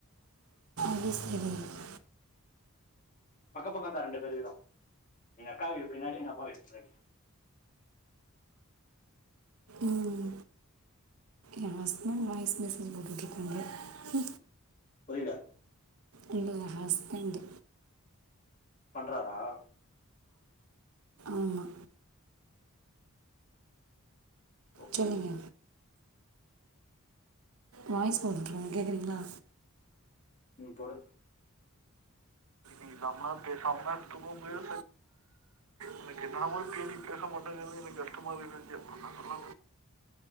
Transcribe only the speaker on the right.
<inaudible>
ம் என் ஹஸ்பண்ட் வாய்ஸ் மெசேஜ் போட்டு்ருக்காங்க ம
உங்களோட ஹஸ்பண்ட்
ஆமா
சொல்லுங்க வாய்ஸ் நோட் போட்டுக்காங்க கேட்குறீங்களா
எங்க அம்மா பேசாமலாம் தூங்கவுமுடியு எனக்கு என்னனமோ கேட்டுனே இருக்க மாதிர பே நீ பேச மாட்டேங்கது எனக்கு கஷ்டமா